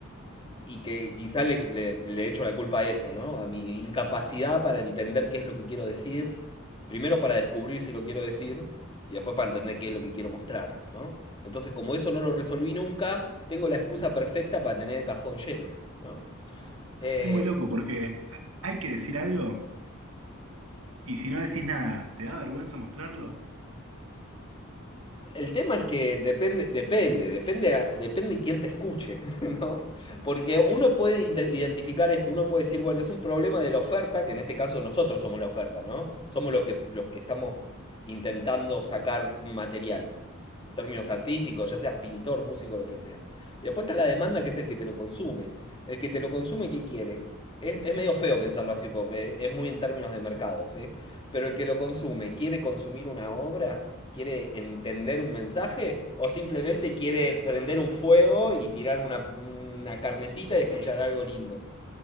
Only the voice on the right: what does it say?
Es muy loco porque hay que decir algo y si no decís nada, ¿te da vergüenza mostrarlo?